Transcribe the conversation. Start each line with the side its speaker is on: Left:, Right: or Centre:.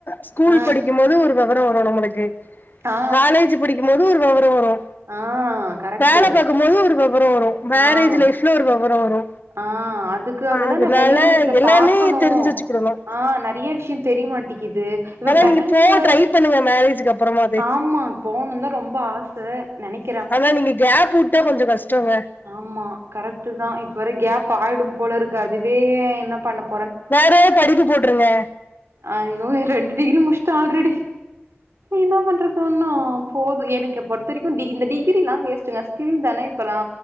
Left: ஸ்கூல்
Right: ஆ
Left: படிக்கும் போது ஒரு வெவரோ வரு நம்மளுக்கு
Right: ஆ
Left: காலேஜ் படிக்கும் போது ஒரு வெவரம் வரு
Right: ஆ கரெக்ட்டு
Left: வேல பாக்கும்போது ஒரு வெவரோ வரு மேரேஜ்
Right: ஆ
Left: லைஃப்ல ஒரு வெவரோ வரு
Right: ஆ அதுக்காக தா
Left: அதனால
Right: நா வெளி உலகத்த
Left: எல்லாமே
Right: பாக்கணு
Left: தெரிஞ்சு
Right: உம்
Left: வச்சுக்கிடணு
Right: ஆ நெறைய விஷியோ தெரிய மாட்டேங்கிது இது
Left: ஆனா
Right: பேங்க்கு
Left: நீங்க போ ட்ரை பண்ணுங்க மேரேஜ்க்கு அப்புறமாது
Right: ஆமா போணுனு தா ரொம்ப ஆச நெனைக்
Left: ஆனா நீங்க கேப் உட்டா கொஞ்சு கஷ்டங்க
Right: ஆமா கரெக்டு தா இப்ப வேற கேப் ஆயிடும் போல இருக்கு அதுவே என்ன பண்ணப்
Left: வேற படிப்பு போட்டுருங்க
Right: ஐயோ ரெண்டு டிகிரி முடிச்சிடு ஆல்ரெடி என்ன பண்றது இன்னு போது எனக்கு பொறுத்த வரைக்கு இந்த டிகிரிலா வேஸ்ட்டுங்க ஸ்கில் தானே இப்பல்லா